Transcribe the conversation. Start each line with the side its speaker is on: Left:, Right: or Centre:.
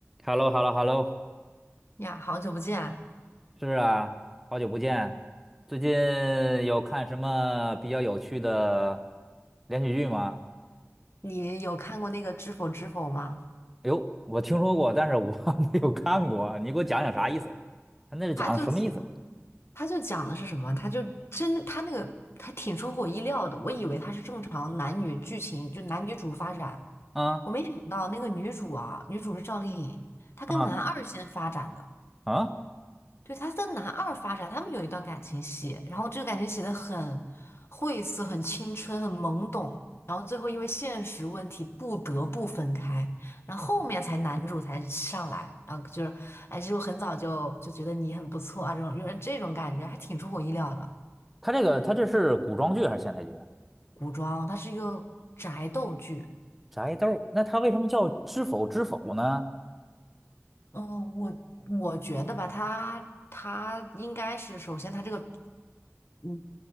Centre: h e l l o h e l l o h e l l o
Left: 呀，好久不见！
Centre: 是啊，好久不见。最近有看什么比较有趣的连续剧吗？
Left: 你有看过那个《知否知否》吗？
Centre: 哎呦，我听说过，但是我 <laughs> 没有看过。你给我讲讲啥意思？他那是讲的什么意思？
Left: 他就讲，他就讲的是什么？他就真的，他那个还挺出乎我意料的。我以为他是正常男女剧情，就男女主发展，
Centre: 啊
Left: 我没想到那个女主啊，女主是赵丽颖，她跟男二先发展的。
Centre: 啊啊！
Left: 对，他在男二发展，他们有一段感情戏，然后这个感情写的很晦涩、很青春、很懵懂，然后最后因为现实问题不得不分开，然后后面才男主才上来，然后就是，哎，其实我很早就就觉得你很不错啊，这种有点这种感觉，还挺出我意料的。
Centre: 他这个，他这是古装剧还是现代剧？
Left: 古装它是一个宅斗剧，
Centre: 宅斗儿那他为什么叫知否知否呢？
Left: 嗯，我我觉得吧，它它应该是首先它这个嗯